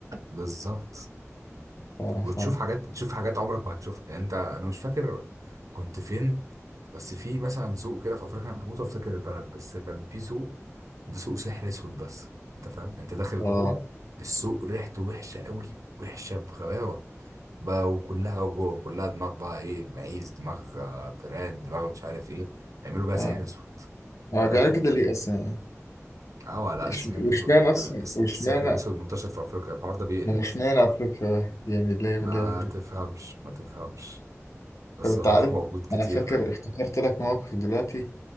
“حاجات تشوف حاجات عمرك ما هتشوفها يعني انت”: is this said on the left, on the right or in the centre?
Right